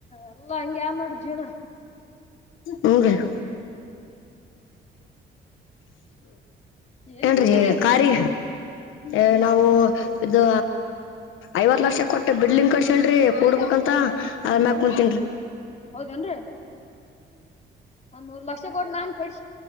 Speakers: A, on the left (about 35°); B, on the left (about 85°).
A: ಎಲ್ಲಾ ಹಂಗೆ ಆದ್ ನೋಡ್ರಿ ಜೀವನ
B: ಹುನ್ರಿ <unintelligible>
A: ಎಲ್ಲಿ
B: ಏನ್ರಿ
A: ಕುಂತೀರಿ ಈಗ
B: ಖಾರಿ. ಏ ನಾವು ಇದು ಐವತ್ ಲಕ್ಷ ಕೊಟ್ಟು ಬಿಡ್ಲಿಂಗ್ ಕಡ್ ಲ್ರಿ ಕೂಡ್ಬೇಕಂತ ಅದ್ಮ್ಯಾಗ್
A: ಹ್ಮ್
B: ಕುಂತಿನ್ರಿ.
A: ಹೌದೇನ್ರಿ ಒಂದ್ ಮೂರ್ ಲಕ್ಷ ಕೋಟ್ ನಾನ್ ಕಡ್ಸ್